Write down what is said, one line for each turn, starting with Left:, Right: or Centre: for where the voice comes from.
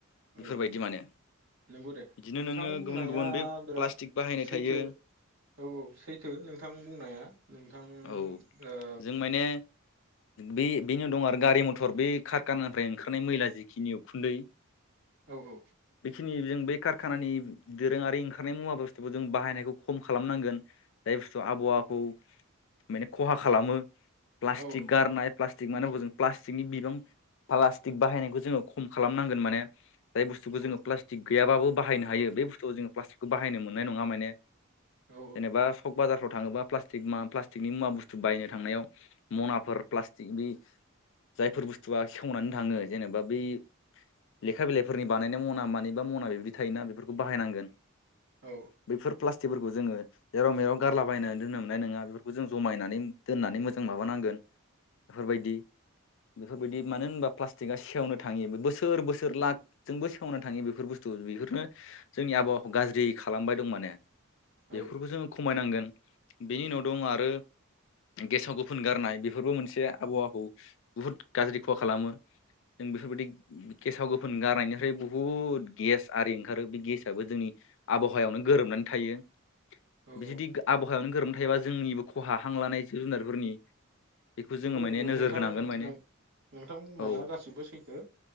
Left: बेफोरबायदि
Right: औ औ औ
Left: माने
Right: नोंगौ दे
Left: बिदिनो
Right: नोंथां
Left: नोङो
Right: बुंनाया
Left: गुबुन गुबुन बे
Right: बिराद
Left: प्लास्टिक बाहायनाय
Right: सैथो
Left: थायो
Right: औ सैथो नोंथां बुंनाया नोंथां
Left: औ
Right: ओ
Left: जों माने बे बेनो दं आरो गारि मथर बे कारखानानिफ्राय ओंखारनाय मैला जिखिनि उखुन्दै
Right: ओ औ
Left: खिनि जों बै कारखानानि दोरोङारि ओंखारनाय मुवा बुस्थुखौ जों बाहायनायखौ खम खालामनांगोन जाय बुस्थु आबहावाखौ माने खहा खालामो प्लास्टिक
Right: औ औ
Left: गारनाय प्लास्टिक माने हजों प्लास्टिकनि बिबां प्लास्टिक बाहायनायखौ जोङो खम खालामनांगोन माने <inaudible> जाय बुथुखौ
Right: औ
Left: जोङो प्लास्टिक गैयाबाबो बाहायनो हायो बे बुस्थुखौ जोङो प्लास्टिकखौ बाहायनो मोननाय नङा माने
Right: औ
Left: जेनेबा सक बाजार माव थाङोबा पस्टिकनि मुवा बुस्थु बायनो थांनायाव मनाफोर प्लास्टिक बे जायफोर बुस्थुआ सेवनानै थाङो जेनेबा बै लेखा बिलाइफोरनि बानायनाया मना मानि बा मना बेबदि थायोना बेफोरखौ बाहायनांगोन
Right: औ
Left: बैफोर प्लाटि मथिफोरखौ जोङो जेराव मेराव गारलाबायनानै दोननो मोननाय नङा बेफोरखौ जों जमायनानै दोननानै मोजां माबानांगोन बेफोरबायदि बेफोरबायदि मानो होनबा प्लास्टिकआ सेवनो थाङो बोसोर बोसोर सोर लाखजोंबो सेवनानै थाङो बेफोर बुस्थु बेफोरनो जोंनि आबहावाखौ गाज्रि खालामबाय दं माने बेफोरखौ
Right: औ
Left: जोङो खमायनांगोन बेनि उनाव दं आरो गेसाव गोफोन गारनाय बेफोरबो मोनसे आबहावाखौ बुहुद गाज्रि खहा खालामो जों बेफोरबायदि गेसाव गोफोन गारनायनिफ्राय बुहुद गेस आरि ओंखारो बे गेसआबो जोंनि आबहावायावनो गोरोबनानै थायो
Right: औ
Left: बे जुदि
Right: औ
Left: आबहावायावनो गोरोब नाथायबा जोंनिबो खहा हां लानाय जिब जुनारफोरनि बेखौ
Right: नंगौ
Left: जोङो माने
Right: नंगौ
Left: नोजोर
Right: नोंथां
Left: होनांगोन माने
Right: नोंथां बुंनाया
Left: औ
Right: गासिबो सैथो